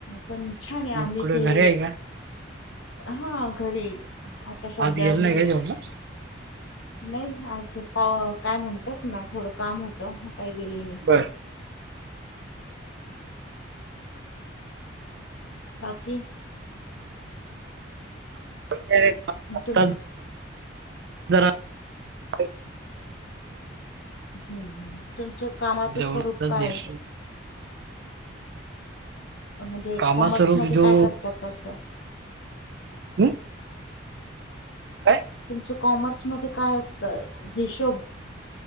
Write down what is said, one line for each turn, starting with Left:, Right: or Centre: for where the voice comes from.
Left: पण छान आहे आम्ही
Right: मग कुठे
Left: ते
Right: घरी आहे का
Left: हां घरी. आता सध्या
Right: अज गेल्
Left: घरीच
Right: नाही का जोबला.
Left: आहे. नाही आज पा काय म्हणतात ना थोडं काम होतं. काय गेली नाही.
Right: बर
Left: बाकी
Right: <inaudible>
Left: एकदम
Right: आताच जरा <unintelligible>
Left: हम्म हम् तुमचं कामाचं
Right: जाऊन
Left: स्वरूप
Right: आताच
Left: काय
Right: देश
Left: म्हणजे
Right: कामा
Left: कॉमर्स
Right: स्वरूप
Left: मध्ये
Right: जो
Left: काय करतात तं.
Right: हम् काय
Left: तुमच कॉमर्स मध्ये काय असतं हिशोब